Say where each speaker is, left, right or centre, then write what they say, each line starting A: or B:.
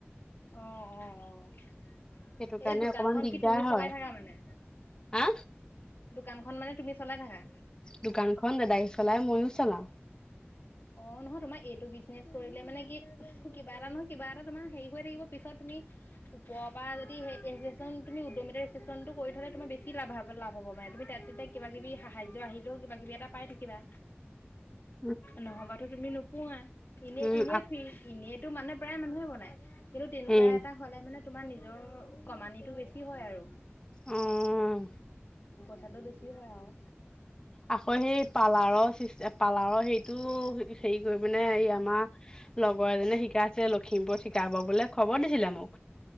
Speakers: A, on the left (about 55°); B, on the left (about 20°).
A: অ' অ' অ' এতিয়া
B: সেইটো কাৰণে
A: দোকানখন
B: অকমান দিগদাৰ
A: কি তুমি
B: হয়
A: চলাই থাকা মানে?
B: হা?
A: দোকানখন মানে তুমি চলাই থাকা?
B: দোকানখন দাদাই চলাই মইো চলাওঁ।
A: অ নহয় তোমাৰ এইটো বিজনেচ কৰিলে মানে কি কিবা এটা নহয় কিবা এটা তোমাৰ হেৰি হৈ থাকিব পিছত তুমি ওপৰৰ পৰা যদি উদটো কৰি থলে তোমাৰ বেি লাভ লা হ'বানে তুমি তাততে কিবা কিবি স নিজৰ আহিলেও কিবা কিবি এটা পাই থাকিবা।
B: হয়।
A: নহ'বাতো তুমি নোপোৱা এনে
B: উম,
A: এনেই ফৰি এনেইতো মানে প্ৰায় মানুহে বনায়। কিন্তু তেনেকুৱা
B: উম।
A: এটা হলে মানে তোমাৰ নিজৰ কমানানিটো বেছি হয় আৰু।
B: অ',
A: পইচাটো বেছি হয় আৰু।
B: আকৌ সেই পালাৰৰ চ পালাৰৰ সেইটো হেৰি কৰি পিনে এই আমাৰ লগৰ এজনে শিকাইছে লখিমপুৰত শিকাব বলে। খবৰ দিছিলে মোক।